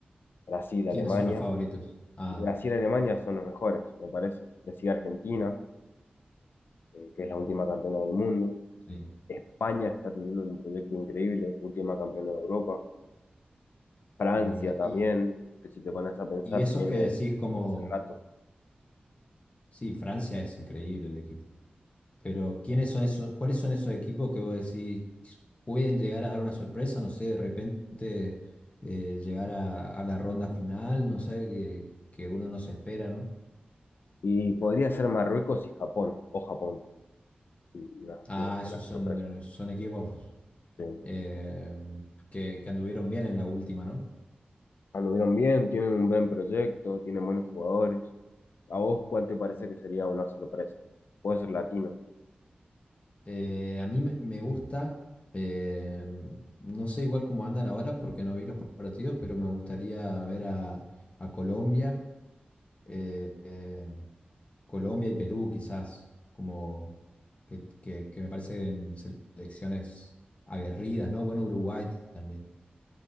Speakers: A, on the left; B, on the left.
A: Brasil, Alemania.
B: ¿Quiénes son los favoritos? Ah,
A: Y Brasil y Alemania son los mejores, me parece. Le sigue Argentina, eh, que es la última campeona del mundo.
B: sí,
A: España está teniendo un proyecto increíble, última campeona de Europa. Francia
B: muy bien.
A: también,
B: Y,
A: que si te pones a pensar,
B: y esos
A: viene
B: que decís como,
A: hace rato
B: sí, Francia es increíble el equipo, pero ¿quiénes son esos, cuáles son esos equipos que vos decís pueden llegar a dar una sorpresa? No sé, de repente eh, llegar a, a la ronda final, no sé, que, que uno no se espera, ¿no?
A: Y podría ser Marruecos y Japón, o Japón, una,
B: Ah,
A: una
B: esos
A: de las
B: son,
A: sorpresas.
B: eh, son equipos
A: Sí.
B: eh, que, que anduvieron bien en la última, ¿no?
A: Anduvieron bien, tienen un buen proyecto, tienen buenos jugadores. ¿A vos cuál te parece que sería una sorpresa? Puede ser latino,
B: Eh, a mí me me gusta, eh, no sé igual cómo andan ahora porque no vi los partidos, pero me gustaría ver a, a Colombia, eh, eh, Colombia y Perú quizás, como que, que, que me parecen selecciones aguerridas, ¿no? Bueno, Uruguay también,